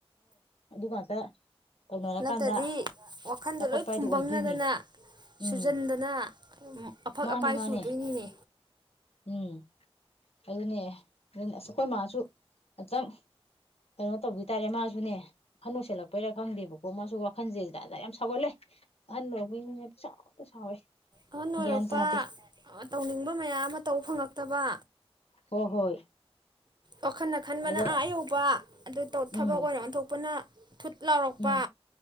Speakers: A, on the left; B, on the right.
A: ꯑꯗꯨꯒ ꯉꯥꯛꯇ ꯇꯧꯅꯔꯀꯥꯟꯗ
B: ꯅꯠꯇ꯭ꯔꯗꯤ ꯋꯥꯈꯟꯗꯣ
A: ꯆꯥꯎꯈꯠꯄ
B: ꯂꯣꯏ
A: ꯍꯥꯏꯗꯣ
B: ꯐꯨꯝꯕꯪꯅꯗꯅ
A: ꯑꯣꯏꯗꯣꯏꯅꯤ ꯎꯝ
B: ꯁꯨꯖꯟꯗꯅ ꯑꯐꯛ
A: ꯃꯥꯅꯦ
B: ꯑꯄꯥꯏ
A: ꯃꯥꯅꯦ
B: ꯆꯨꯗꯣꯏꯅꯤꯅꯦ
A: ꯎꯝ ꯑꯗꯨꯅꯦ ꯑꯗꯨ ꯑꯁ ꯑꯩꯈꯣꯏ ꯃꯥꯁꯨ ꯑꯇꯪ ꯀꯩꯅꯣ ꯇꯧꯕꯤ ꯇꯥꯔꯦ ꯃꯥꯁꯨꯅꯦ ꯑꯍꯟꯅꯧ ꯁꯦꯠꯂꯛꯄꯩꯥ ꯈꯪꯗꯦꯕꯣ ꯣ ꯃꯁꯨ ꯋꯥꯈꯜꯁꯦꯁꯤꯗ ꯑ ꯌꯥꯝ ꯁꯥꯎꯒꯠꯂꯦ ꯑꯍ ꯂꯧꯕꯒꯤꯅꯤꯅ ꯆꯥꯎꯅ ꯁꯥꯎꯋꯦ
B: ꯑꯍꯟ ꯑꯣꯏꯔꯛꯄ
A: ꯒ꯭ꯌꯥꯟ ꯇꯥꯗꯦ
B: ꯇꯧꯅꯤꯡꯕ ꯃꯌꯥꯝ ꯑꯃ ꯇꯧꯕ ꯐꯪꯉꯛ ꯇꯕ
A: ꯍꯣ ꯍꯣꯏ
B: ꯋꯥꯈꯜ ꯈꯟꯕꯅ
A: ꯑꯗꯣ
B: ꯑꯥ ꯑ ꯌꯧꯕ ꯑꯗꯨ
A: ꯎꯝ
B: ꯊꯕꯛ ꯑꯣꯏꯅꯔꯝ ꯑꯣꯟ ꯊꯣꯛꯄꯅ ꯊꯨꯠ ꯂꯥꯎꯔꯛꯄ
A: ꯎꯝ